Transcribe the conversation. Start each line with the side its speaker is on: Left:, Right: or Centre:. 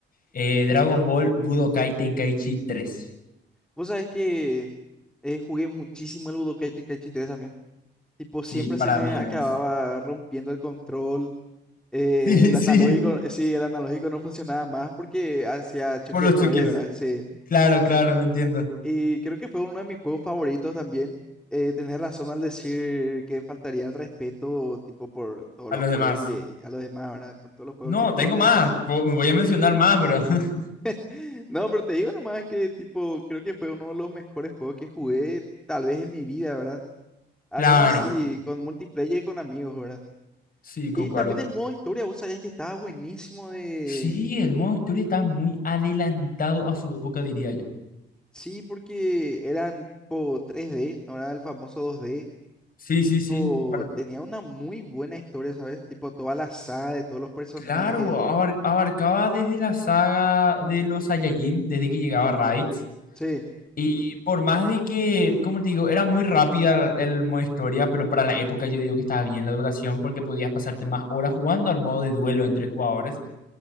Left: Eh, Dragon Ball Budokai Tenkaichi tres,
Centre: Vos sabés que eh, jugué muchísimo el Budokai Tenkaichi 3 Tipo,
Left: Sí,
Centre: siempre
Left: para
Centre: se me
Left: mí
Centre: acababa
Left: es.
Centre: rompiendo el control. eh,
Left: Sí,
Centre: el analógico,
Left: <laughs> sí,
Centre: eh, sí, el analógico no funcionaba más porque hacía choque
Left: por los
Centre: de poderes,
Left: choques.
Centre: ¿verdad? Sí.
Left: Claro, claro, entiendo.
Centre: Y creo que fue uno de mis juegos favoritos también. Eh, tenés razón al decir que faltaría el respeto, tipo, por todos
Left: A
Centre: los
Left: los
Centre: juegos
Left: demás.
Centre: que, a los demás, ¿verdad? Por todos los juegos
Left: No,
Centre: que jugamos.
Left: tengo más. po- Voy a mencionar más, pero. <laughs>
Centre: <laughs> ¿no? No, pero te digo nomás que, tipo, creo que fue uno de los mejores juegos que jugué, tal vez en mi vida, ¿verdad? Al
Left: Claro,
Centre: menos así, con multiplayer y con amigos, ¿verdad?
Left: sí,
Centre: Y
Left: concuerdo.
Centre: también el modo historia, vos sabías que estaba buenísimo de...
Left: Sí, el modo historia está muy adelantado a su época, diría yo.
Centre: Sí, porque eran tipo tres d no era el famoso dos d
Left: Sí,
Centre: Y
Left: sí,
Centre: tipo,
Left: sí. para-
Centre: tenía una muy buena historia, ¿sabes? Tipo, toda la saga de todos los personajes.
Left: Claro, abar- abarcaba desde la saga de los Saiyajin, desde que llegaba Raditz.
Centre: Sí,
Left: Y por más de que, como te digo, era muy rápida el modo historia, pero para la época yo digo que estaba bien la duración porque podías pasarte más horas jugando al modo de duelo entre jugadores.